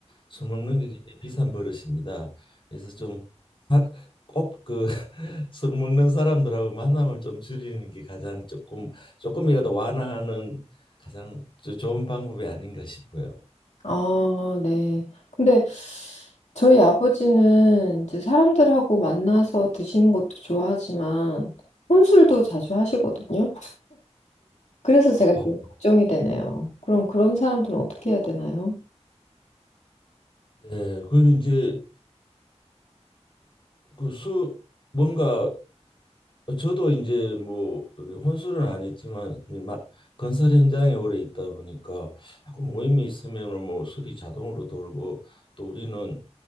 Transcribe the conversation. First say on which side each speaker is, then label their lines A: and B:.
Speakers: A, on the left (about 45°); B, on the left (about 80°).
A: 술 먹는 게 굉장히 비싼 버릇입니다. 그래서 좀 사- 꼭 그 <laughs> 술 먹는 사람들하고 만남을 좀 줄이는 게 가장 조금 조금이라도 완화하는 가장 저- 좋은 방법이 아닌가 싶어요.
B: 아, 네. 근데 저희 아버지는 이제 사람들하고 만나서 드시는 것도 좋아하지만 혼술도 자주 하시거든요. 그래서 제가
A: 어,
B: 좀 걱정이 되네요. 그럼 그런 사람들은 어떻게 해야 되나요?
A: 네, 그리고 이제 그 술 뭔가 저도 이제 뭐 우리 혼술은 안 했지만 막 건설 현장에 오래 있다 보니까 자꾸 모임이 있으면은 뭐 술이 자동으로 돌고 또 우리는